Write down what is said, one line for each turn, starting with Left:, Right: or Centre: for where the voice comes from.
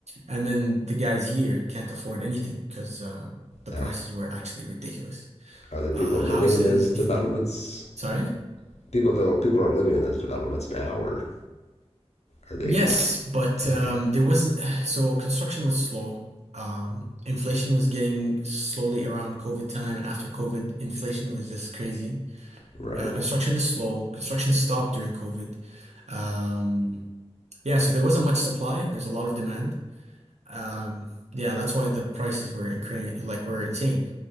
Right: And then the guys here can't afford anything because uh, the prices
Left: Uh,
Right: were actually ridiculous.
Left: are there people
Right: Uh,
Left: living
Right: houses
Left: in those
Right: in,
Left: developments?
Right: sorry?
Left: People though, people are living in those developments now, or are they?
Right: Yes, but um,
Left: Okay,
Right: there wasn't, <sighs> so construction was slow. Um, inflation was getting slowly around COVID time, and after COVID, inflation was just crazy.
Left: right.
Right: Uh, construction is slow. Construction stopped during COVID. Um, yeah, so there wasn't much supply. There's a lot of demand. Um, yeah, that's why the prices were incre like were insane.